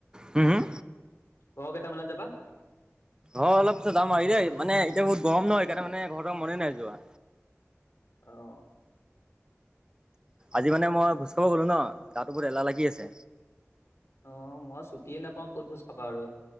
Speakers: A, on the right; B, on the left.
A: হুম হুম
B: ঘৰ কেইটা মানত যাবা।
A: অ অলপ পিছত যাম আৰু আহি দেই মানে এতিয়া বহুত গৰম নহ সেইকাৰণে মানে ঘৰ যাব মনে নাই যোৱা
B: আহঁ
A: আজি মানে মই ভোজ খাবৰ গ'লোঁ ন, গাটো বহুত এলাহ লাগি আছে।
B: অ মই ছুটিয়ে নাপাওঁ ক'ত ভোজ খাবা আৰু।